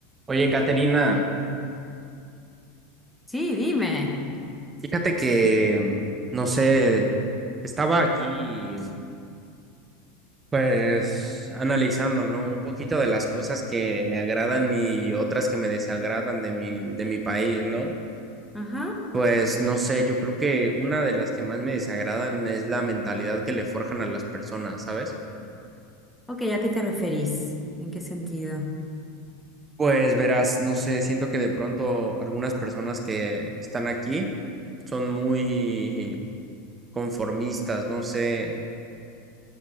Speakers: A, on the right; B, in the centre.
A: Oye, Caterina,
B: Sí, dime.
A: fíjate que, mm, no sé, estaba aquí pues analizando, ¿no? Un poquito de las cosas que me agradan y otras que me desagradan de mi, de mi país, ¿no?
B: Ajá.
A: Pues no sé, yo creo que una de las que más me desagradan es la mentalidad que le forjan a las personas, ¿sabes?
B: Ok, ¿a qué te referís? ¿En qué sentido?
A: Pues verás, no sé, siento que de pronto algunas personas que están aquí son muy conformistas, no sé